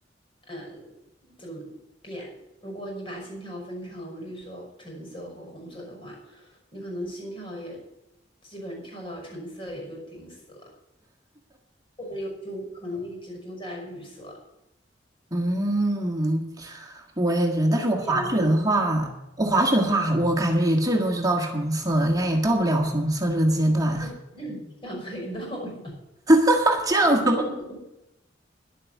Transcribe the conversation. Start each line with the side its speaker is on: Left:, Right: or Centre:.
Left: 嗯，怎么变？如果你把心跳分成绿色、橙色和红色的话，你可能心跳也基本跳到橙色也就顶死了。或者有就可能一直就在绿色，
Right: 嗯，我也觉得，但是我滑雪的话，
Left: 所以你也没有什么
Right: 我滑雪的话，我感觉也最多就到橙色，应该也到不了红色这个阶段。
Left: 那那你上黑道呀？
Right: <laughs> 这样子
Left: <laughs>